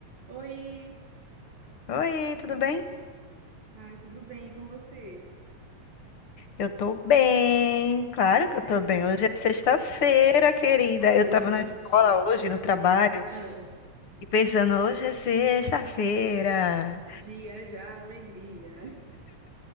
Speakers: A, on the right; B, on the left.
A: Oi!
B: Oi, tudo bem?
A: Ai, tudo bem e com você?
B: Eu tô bem, claro
A: É?
B: que eu tô bem. Hoje é sexta-feira, querida.
A: Ai,
B: Eu tava
A: gente,
B: na escola hoje,
A: sexta-feira.
B: no trabalho,
A: Ah,
B: e pensando, hoje é sexta-feira.
A: dia de alegria.